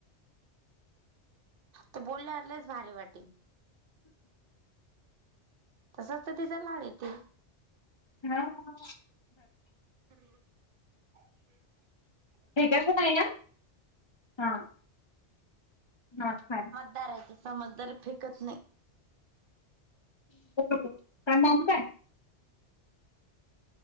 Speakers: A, on the right (about 55°); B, on the left (about 35°).
A: तर बोलल्या आल्यास भारी वाटेल. तसंच तर तिचं लाळ येते.
B: <unintelligible>
A: ह
B: भेटच नाही या हा हा चा
A: दाराचे समजदार फेकत नाही.
B: का नाम काय?